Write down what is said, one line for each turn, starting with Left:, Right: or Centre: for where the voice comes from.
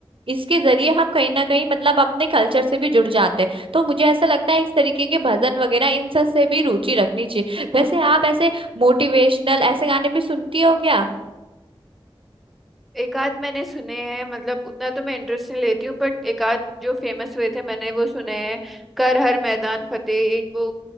Right: इसके जरिए हम कहीं ना कहीं मतलब अपने कल्चर से भी जुड़ जाते हैं तो मुझे ऐसा लगता है इस तरीके के भजन वगैरह इन सब से भी रुचि रखनी चाहिए वैसे आप ऐसे मोटिवेशनल ऐसे गाने भी सुनती हो क्या
Centre: एक आध मैंने सुने हैं मतलब उतना तो मैं इंटरेस्ट नहीं लेती हूँ बट एक आध जो फेमस हुए थे मैंने वो सुने हैं कर हर मैदान फतेह एक वो